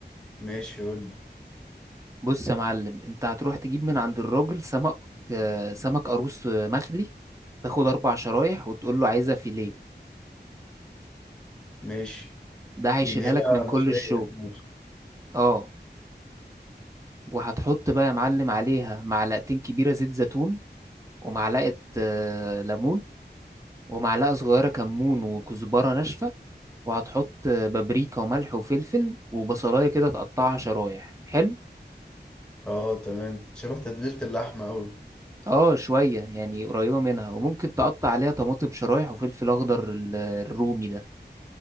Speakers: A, in the centre; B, on the right (about 15°).
A: ماشي قول لي
B: بص يا معلم انت هتروح تجيب من عند الراجل سمك آه، سمك قاروص آه، مخلي تاخد اربع شرايح وتقول له عايزها فيليه
A: ماشي
B: ده هيشيلها
A: دي اللي هي
B: لك من كل
A: مخلية
B: الشوك
A: ماشي.
B: اه وهتحط بقى يا معلم عليها معلقتين كبيرة زيت زيتون ومعلقة آه، ليمون ومعلقة صغيرة كمون وكزبرة ناشفة وهتحط آه، بابريكا وملح وفلفل وبصلاية كده تقطعها شرايح حلو
A: اه تمام شبه تتبيلة اللحمة أوي
B: اه شوية يعني قريبة منها وممكن تقطع عليها طماطم شرايح وفلفل أخضر ال- الرومي ده